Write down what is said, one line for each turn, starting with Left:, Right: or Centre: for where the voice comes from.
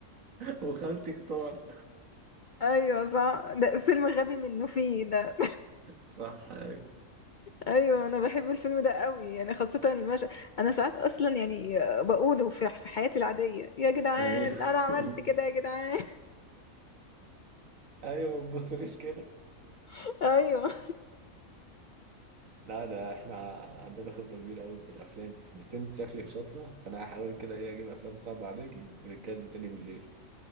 Right: وخالتي اختار
Left: ايوه صح ده فيلم غبي منه فيه ده
Right: صح ايوه
Left: ايوه انا بحب الفيلم ده قوي يعني خاصه المشهد انا ساعات اصلا يعني بقوله في في حياتي العاديه يا جدعان
Right: ايوه
Left: انا عملت
Right: <laughs>
Left: كده
Right: <laughs>
Left: يا جدعان
Right: ايوه ما تبصليش كده
Left: <laughs> ايوه
Right: لا ده احنا عندنا خبرة كبيرة قوي بالافلام بس انت شكلك شاطرة فانا هحاول كده ايه اجيب افلام صعبة عليكي ونتكلم تاني بالليل